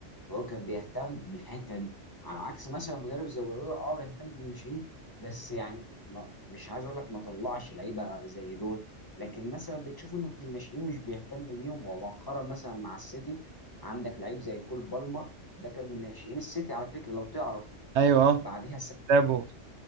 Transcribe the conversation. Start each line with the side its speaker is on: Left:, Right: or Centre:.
Left: وهو كان بيهتم بالحته دي على عكس مثلا مدرب زي جوارديولا اه بيهتم بالناشئين بس يعني ما مش عايز اقول لك ما طلعش لعيبه زي دول لكن مثلا بتشوف انه في الناشئين مش بيهتم بيهم ومؤخرا مثلا مع السيتي عندك لعيب زي كول بالمر ده كان من ناشئين السيتي على فكره لو تعرف
Right: ايوه اه
Left: بعديها السيتي
Right: لعبه